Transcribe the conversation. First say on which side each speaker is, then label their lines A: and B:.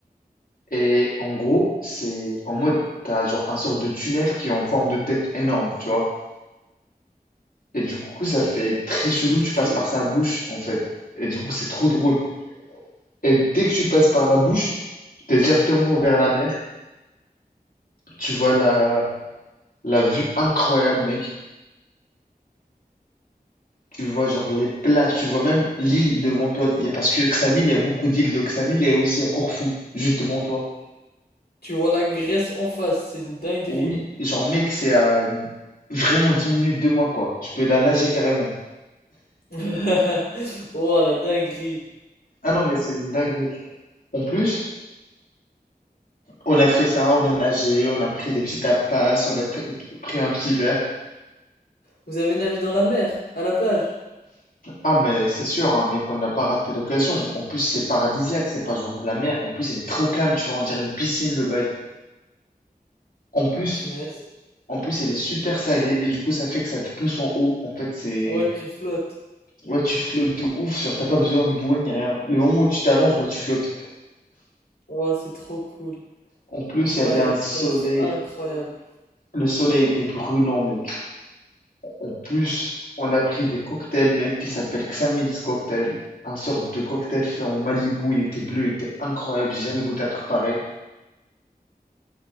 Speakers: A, on the left; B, on the left.
A: Et en gros, c'est en mode, t'as genre un sorte de tunnel qui est en forme de tête énorme, tu vois. Et du coup, ça fait très chelou, tu
B: ok.
A: passes par sa bouche, en fait. Et du coup, c'est trop drôle. Et dès que tu passes par la bouche, t'es directement vers la mer. Tu vois la, la vue incroyable, mec. Tu vois, genre les plages, tu vois même l'île devant toi. Il y a- Parce que Xamil, il y a beaucoup d'îles de Xamil et aussi à Corfou, juste devant toi.
B: Tu vois la Grèce en face, c'est une dinguerie.
A: Oui, genre mec, c'est à vraiment 10 minutes de moi, quoi. Je peux la nager carrément.
B: <laughs> Oh, la dinguerie.
A: Ah non, mais c'est une dinguerie. En plus, on a fait ça, on a nagé, on a pris des petits tapas, on a pris, pris un petit verre.
B: Vous avez nagé dans la mer, à la plage.
A: Ah mais c'est sûr, hein, mec, on n'a pas raté l'occasion. En plus, c'est paradisiaque, c'est pas genre de la mer. En plus, c'est trop calme, tu vois, on dirait une piscine, le bail. En plus,
B: Punaise.
A: En plus, elle est super salée et du coup, ça fait que ça te pousse en haut. En fait, c'est.
B: Ouais, tu flottes.
A: Ouais, tu flottes de ouf. Genre, t'as pas besoin de bouée ni rien. Le moment où tu t'allonges, bah, tu flottes.
B: Oh, c'est trop cool.
A: En plus,
B: Mike,
A: il y avait un soleil.
B: ça doit être incroyable.
A: Le soleil était brûlant, mec. En plus, on a pris des cocktails, mec, qui s'appellent Xamil's Cocktail. Un sorte de cocktail fait en Malibu. Il était bleu, il était incroyable. J'ai jamais goûté un truc pareil.